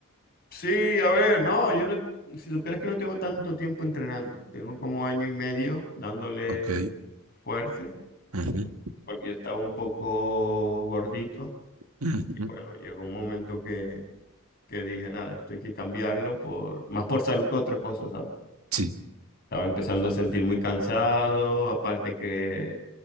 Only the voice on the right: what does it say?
ok.
Ujú.
Ujú.
Sí,